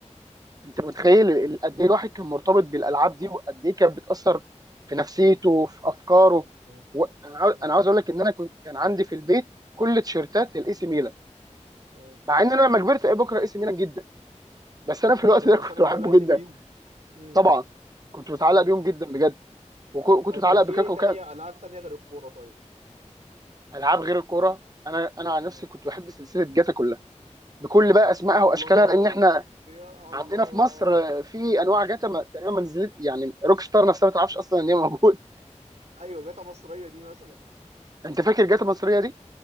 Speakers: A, on the right; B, on the right.
A: انت متخيل ال- قد ايه الواحد كان مرتبط بالالعاب دي وقد ايه كانت بتاثر في نفسيته وفي افكاره
B: م.
A: و... انا عاو-
B: م.
A: أنا عاوز اقول لك ان انا كنت كان عندي في البيت كل تيشيرتات الاي سي ميلان
B: م.
A: مع ان انا لما كبرت ايه بكره اي سي ميلان جدا بس انا في الوقت
B: بس
A: ده كنت
B: عشان اتعلقت
A: بحبه جدا
B: بيهم مم.
A: طبعا كنت متعلق
B: مم.
A: بيهم جدا بجد وكنت
B: طيب
A: متعلق
B: كان في
A: بكاكا
B: ايه
A: وكان
B: تانية العاب تانية غير الكورة طيب
A: العاب غير الكوره انا انا عن
B: مم.
A: نفسي كنت بحب سلسله جاتا كلها بكل بقى اسمائها
B: يا
A: واشكالها
B: الله
A: لان احنا
B: يا الله
A: عندنا في مصر في انواع
B: مم.
A: جاتا ما تقريبا ما نزلت يعني روك ستار نفسها ما تعرفش اصلا ان هي موجوده
B: ايوه جاتا مصرية دي مثلا
A: <laughs> انت فاكر جاتا مصريه دي؟